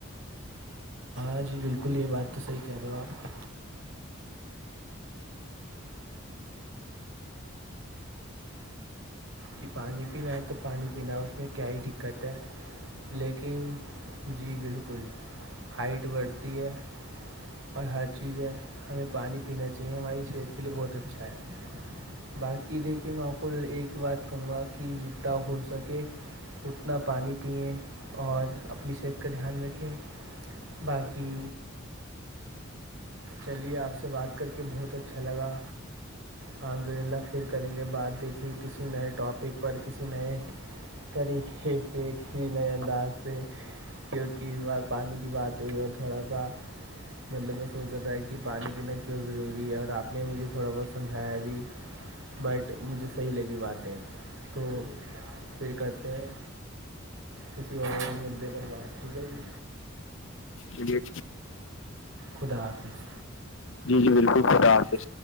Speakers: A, on the right (about 65°); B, on the left (about 65°).
A: ہاں جی بالکل یہ بات تو صحیح کہہ رہے ہو آپ کہ پانی پینا ہے تو پانی پینا ہے اس میں کیا ہی دقت ہے لیکن جی بالکل ہائٹ بڑھتی ہے اور ہر چیز ہے ہمیں پانی پینا چاہیے ہماری صحت کے لیے بہت اچھا ہے باقی دیکھیے میںقل ایک بات کہوں گا کہ جتنا ہو سکے اتنا پانی پئیں اور اپنی صحت کا دھیان رکھیں باقی چلیے آپ سے بات کر کے بہت اچھا لگا الحمد للہ پھر کریں گے بعد دیکھیے کسی نیٹ ٹاپک پر کسی نئے طریقے سے کسی نئے انداز سے کیونکہ اس بار پانی کی بات ہوئی اور تھوڑا سا مطلب میں سوچا تھا کہ پانی پینا کیوں ضروری ہے اور آپ نے مجھے تھوڑا بہت سمجھایا بھیھی بٹ مجھے صحیح لگی باتیں تو پھر کرتے ہیں کسی اور مدعے پر بات ٹھیک ہے جی
B: لی
A: خدا حافظ
B: جی جی بالکل خد ح
A: ہ